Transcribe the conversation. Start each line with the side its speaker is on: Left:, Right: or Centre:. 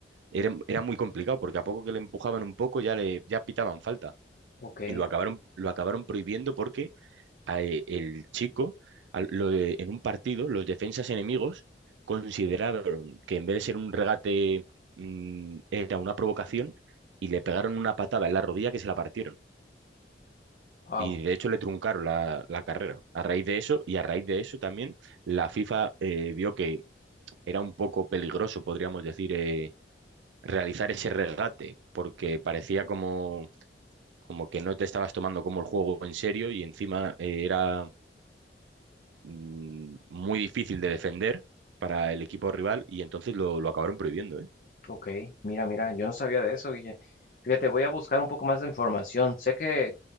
Right: Era, era muy complicado porque a poco que le empujaban un poco ya le ya pitaban falta
Left: ok,
Right: y lo acabaron lo acabaron prohibiendo porque eh, el chico al- lo de- en un partido los defensas enemigos consideraron que en vez de ser un regate mm, era una provocación y le pegaron una patada en la rodilla que se la partieron.
Left: wow.
Right: Y de hecho le truncaron la, la carrera a raíz de eso y a raíz de eso también la FIFA eh, vio que era un poco peligroso, podríamos decir, eh, realizar ese regate porque parecía como, como que no te estabas tomando como el juego en serio y encima eh, era mm, muy difícil de defender para el equipo rival y entonces lo, lo acabaron prohibiendo, ¿eh?
Left: Ok, mira, mira, yo no sabía de eso, Guille. Fíjate, voy a buscar un poco más de información. Sé que